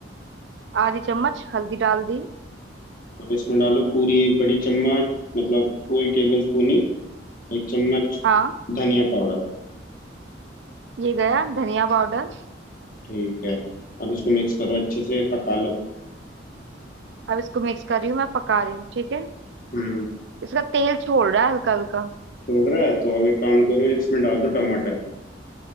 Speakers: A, on the right; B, on the left.
A: आधी चम्मच हल्दी डाल दी
B: अब इसमें डालो पूरी एक बड़ी चम्मच मतलब वही टेबल स्पून ही एक चम्मच
A: हाँ
B: धनिया पाउडर
A: ये गया धनिया पाउडर
B: ठीक है अब इसको मिक्स करो अच्छे से पका लो
A: अब इसको मिक्स कर रही हूँ मैं पका रही हूँ ठीक है
B: हम्म
A: इसका तेल छोड़ रहा है हल्का हल्का
B: छोड़ रहा है तो अब एक काम करो इसमें डाल दो टमाटर